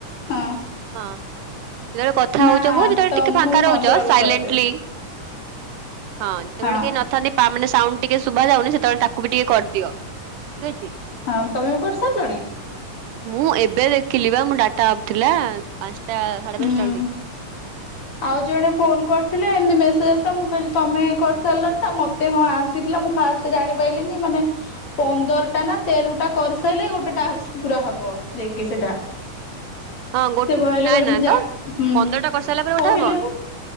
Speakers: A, on the left (about 45°); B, on the right (about 80°).
A: ହଁ।
B: ହଁ ଯେତେବେଳେ କଥା
A: ନା
B: ହଉଚ ହୁହ ଯେତେବେଳେ
A: ତ
B: ଟିକେ
A: ମୁଁ
B: ଫାଙ୍କା
A: ସନ୍ଧ୍ୟା
B: ରହୁଚ
A: ବେଳକୁ
B: ସାଇଲେଣ୍ଟଲି
A: କହିଦେବି
B: ହଁ ଯେତେବେଳେ
A: ହଁ
B: କେହି ନଥାନ୍ତି ତାମାନେ ସାଉଣ୍ଡ୍ ଟିକେ ଶୁଭା ଯାଉନି ସେତେବେଳେ ତାକୁ ବି ଟିକେ କରିଦିଅ ଠିକ୍ ଅଛି।
A: ହଁ ତମେ ବି କରିସାରିଲଣି?
B: ମୁଁ ଏବେ ଦେଖିଲି ବା ମୁଁ ଡାଟା ଅପ୍ ଥିଲା ପାଞ୍ଚଟା ସାଢେ
A: ହୁଁ
B: ପାଞ୍ଚଟା ବେଳକୁ ଦେଖିଲି।
A: ଆଉ ଜଣେ ଫୋନ୍ କରିଥିଲେ ଏମତି ମେସେଜ୍ ଆସିଲା ମୁଁ କହିଲି ତମେ କରିସାରିଲଣି ନା ମ ତେ ହଁ ଆସିଥିଲା ମୁଁ ଫାଷ୍ଟ ଜାଣିପାରିଲିିନି ମାନେ ପନ୍ଦରଟା ନା ତେରଟା କରିସାରିଲେ ଗୋଟେ ଟାସ୍କ ପୁରା ହବ ଯାଇକି ସେଇଟା।
B: ହଁ ଗୋ
A: ସେ କହିଲେ
B: ନାଇଁ
A: କହିଲେ
B: ନା
A: ମୁଁ ଯା
B: ତ
A: ହୁଁ
B: ପନ୍ଦରଟା କରିସାରିଲା ପରେ ଗୋଟେ
A: କହିଲେ
B: ହବ
A: ପା